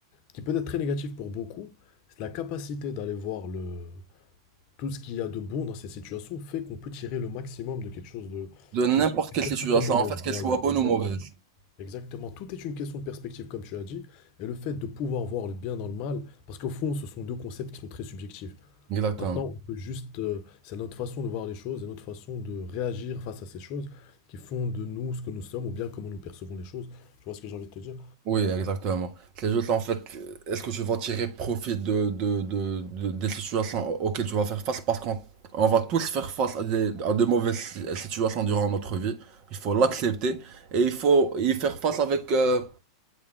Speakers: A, on the left (about 40°); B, on the right (about 40°).
A: qui peut être très négatif pour beaucoup, c'est la capacité d'aller voir le tout ce qu'il y a de bon dans ces situations fait qu'on peut tirer le maximum de quelque chose de
B: De
A: qui
B: n'importe
A: est
B: quelle
A: perçu
B: situation,
A: comme mauvaise.
B: en fait, qu'elle
A: Voilà,
B: soit bonne
A: exactement.
B: ou mauvaise.
A: Exactement, tout est une question de perspective comme tu as dit et le fait de pouvoir voir le bien dans le mal parce qu'au fond, ce sont deux concepts qui sont très subjectifs.
B: Exactement.
A: Maintenant, on peut juste, euh, c'est notre façon de voir les choses et notre façon de réagir face à ces choses qui font de nous ce que nous sommes ou bien comment nous percevons les choses. Tu vois ce que j'ai envie de te dire?
B: Oui, exactement. C'est juste en fait, euh, est-ce que tu vas tirer profit de, de, de, de- des situations au- auxquelles tu vas faire face? Parce qu'on on va tous faire face à des, à de mauvaises si- situations durant notre vie. Il faut l'accepter et il faut y faire face avec, euh,